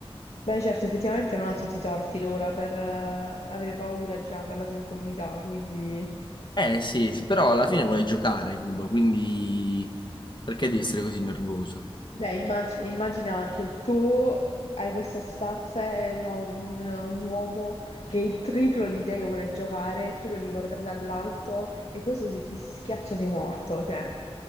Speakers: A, on the left; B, on the left.
A: Beh, certo, effettivamente non ha tutti i torti Lola per eh, avere paura, diciamo, per la sua incolumità, quindi...
B: Eh sì, sì, però alla fine vuole giocare Cuba, quindi perché devi essere così nervosa?
A: Beh, immagina, immagina che tu hai questa stazza e arriva un, un uomo che è il triplo di te che vuole giocare, e tu lo devi guardare dall'alto e questo se ti schiaccia sei morto, cioè